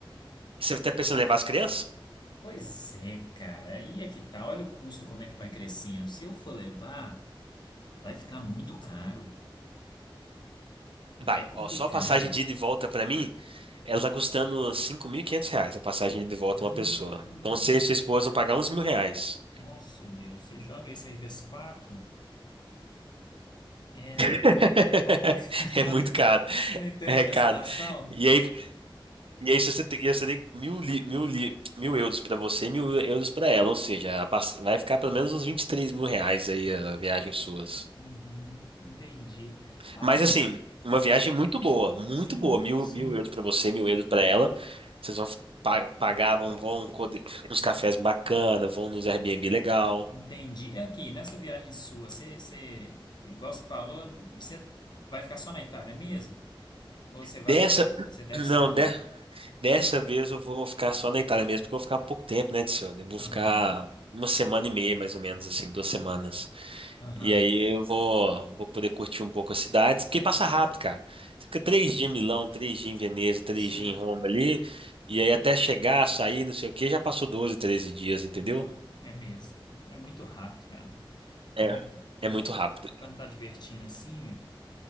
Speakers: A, on the right; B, on the left.
A: você tá pensando em levar as crianças?
B: pois é, cara, aí é que tá, olha o custo, como é que vai crescendo. Se eu for levar, vai ficar muito caro,
A: Vai,
B: é complicado.
A: ó, só a passagem de ida e volta pra mim, ela tá custando 5.500 reais a passagem de ida e volta
B: Hum,
A: uma pessoa. Então, você e sua esposa vão pagar uns mil reais.
B: nossa Deus, se joga isso aí vezes quatro, é,
A: <laughs>
B: é complicado.
A: É muito caro.
B: <laughs> Você entende
A: É
B: minha
A: caro.
B: situação?
A: E aí, e aí se você tem, e você tem mil, li- mil, li- mil euros pra você e mil euros pra ela, ou seja, ela passa- vai ficar pelo menos uns vinte e três mil reais aí a viagem suas.
B: Uhum, entendi. Mas,
A: Mas assim, uma viagem muito boa, muito
B: sim,
A: boa. Mil,
B: sim.
A: mil euros pra você, mil euros pra ela. Vocês vão pa- pagar, vão, vão co- nos cafés bacana, vão nos Airbnb legal.
B: Entendi. E Aqui, nessa viagem sua, você, você, igual você falou, você vai ficar só na Itália mesmo? Ou você vai,
A: Dessa, <clears throat>
B: você deve
A: não,
B: sair?
A: Dessa vez eu vou ficar só na Itália mesmo, porque eu vou ficar pouco tempo, né, Tio? Eu vou
B: Aham,
A: ficar uma semana e meia, mais ou menos, assim, duas semanas.
B: aham.
A: E aí eu vou, vou poder curtir um pouco as cidades, porque passa rápido, cara. Você fica três dias em Milão, três dias em Veneza, três
B: Sim,
A: dias em Roma ali, e aí até chegar, sair, não sei o quê, já passou 12, 13 dias, entendeu?
B: nó, é mesmo. É muito rápido, cara. Também
A: É. É muito
B: quando,
A: rápido.
B: quando tá divertindo assim, ué.